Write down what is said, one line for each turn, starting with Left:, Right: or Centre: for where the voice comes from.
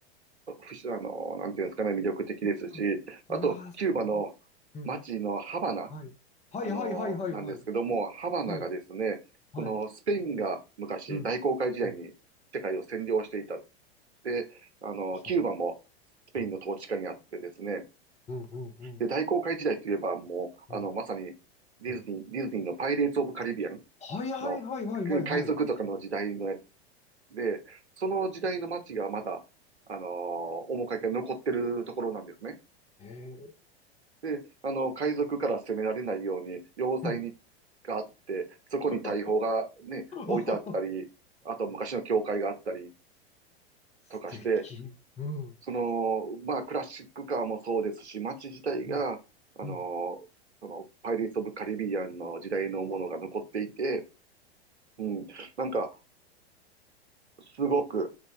Right: 不思あのーなんていうんですかね、魅力的ですし、
Left: うんうん。
Right: あと、
Left: いやー、
Right: キューバの
Left: 素敵。うん。
Right: 街のハバナ、
Left: はい。はい。
Right: あのーなんですけども、
Left: はい。はい。はい。はい。
Right: ハバナがですね、
Left: はい。はい。
Right: その、スペインが昔、
Left: うん。
Right: 大航海時代に世界を占領していたっ
Left: うん。
Right: て、あのーキューバも
Left: は
Right: スペインの統治下にあってですね、
Left: あ。うんうんうん
Right: で、大航海時代といえば、もう、
Left: うん
Right: あの、まさに、ディズニー、
Left: うん。
Right: ディズニーのパイレーツ・オブ・カリビアン
Left: はいはいはいはいはいはい。
Right: の、海賊とかの時代のやつで、その時代の街がまだ、あのー面影が残ってるところなんですね。
Left: ええ
Right: で、あの、海賊から攻められないように、要塞に、
Left: うん。
Right: があって、そこに大砲がね、
Left: <laughs> あ、
Right: 置いてあったり、あと昔の教会があったり
Left: 素敵。
Right: とかして、
Left: うん。
Right: その、まあ、クラシックカーもそうですし、街自体が、
Left: うん。
Right: あの、
Left: うん。
Right: その、パイレーツ・オブ・カリビアンの時代のものが残っていて、
Left: うわ。
Right: うん、なんか、すごく、